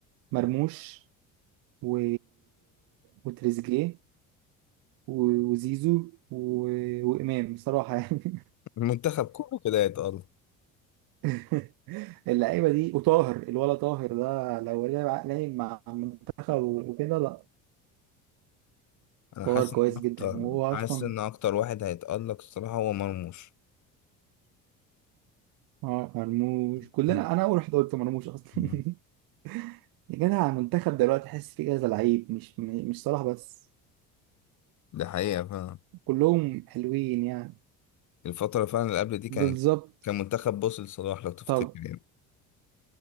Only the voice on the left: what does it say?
المنتخب كله كده يتألق
انا
حاسس
ان اكتر
حاسس
ان اكتر واحد هيتألق الصراحة هو مرموش
<laughs>
مم.
ده حقيقة فعلا
الفترة فعلا اللي قبل دي كان
كان منتخب بص لصلاح لو تفتكر
يعني